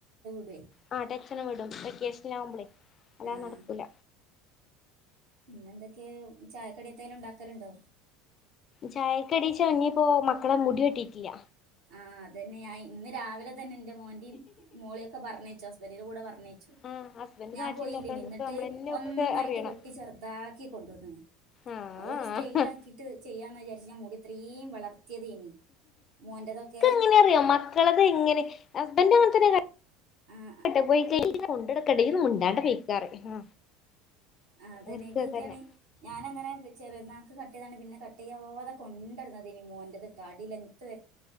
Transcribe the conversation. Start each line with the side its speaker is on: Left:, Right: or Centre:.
Right: <unintelligible>
Left: <unintelligible> വിടും വെക്കേഷനാവുമ്പളേ അല്ലാതെ
Right: ആഹ്
Left: നടക്കൂല
Right: പിന്നെന്തൊക്കയ ചായക്കടി എന്തേലും ഉണ്ടാക്കലുണ്ടോ
Left: ചായക്കടി <unintelligible> മക്കളെ മുടി വെട്ടീട്ടില്ല
Right: ആഹ് അതന്നെ ഞാൻ ഇന്ന് രാവിലെ തന്നെ എന്റെ മോന്റിം മോളിയൊക്കെ പറഞ്ഞേച്ചു ഹസ്‌ പർണയിച്ചു
Left: ആഹ് ഹസ്ബൻഡ്
Right: ഞാൻ
Left: നാട്ടിലില്ലാത്തോണ്ട്
Right: പോയില്ലേനി നിന്നിട്ട്
Left: ഇപ്പ നമ്മളെന്നെ
Right: ഒന്നായിട്ട്
Left: ഒക്കെ അറിയണം
Right: വെട്ടി ചെറുതാക്കി കൊണ്ടുവന്നൺ
Left: ആഹ്
Right: അതൊരു സ്റ്റെൽ ആക്കിട്ട് ചെയ്യാന്ന് വിചാരിച്ച മു ഇത്രയും വളർ ത്തിയ്യതേനി മോന്റെതൊക്കെ
Left: ങ്ങനെറിയോ മക്കളത് എങ്ങനെ ഹസ്ബൻഡ് അങ്ങേതെന്നെ
Right: ആഹ്
Left: വെട്ട പൊയ്ക്കഴിഞ്ഞാൽ കൊണ്ടെടക്കേണ്ടെ ഇയ്യൊന്ന് മുണ്ടാണ്ട പൊയ്ക്ക പറയും
Right: ആ് അതന്നെ
Left: ഓര്ക്ക്
Right: ഇതൊക്കിയാണ്
Left: അതന്നെ
Right: ഞാൻ അങ്ങനെ ചെറിയര്ന്നാക്ക് കട്ട്‌ ചെയ്‌താണ്ട് പിന്നെ കട്ടയാതെ കൊണ്ടണ്ടട് നട് മോന്റെത്ട്ടോ അടി ലെങ്ത് വര